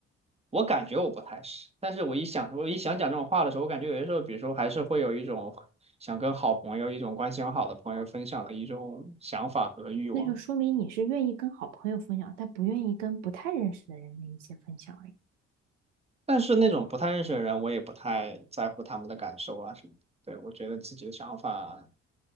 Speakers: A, on the right; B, on the right.
A: 我感觉我不太是，但是我一想，我一想讲这种话的时候，我感觉有些时候，比如说还是会有一种想跟好朋友、一种关系很好的朋友分享的一种想法和欲望。
B: 那就说明你是愿意跟好朋友分享，但不愿意跟不太认识的人的一些分享而已，
A: 但是那种不太认识的人，我也不太在乎他们的感受啊什么的。对，我觉得自己的想法，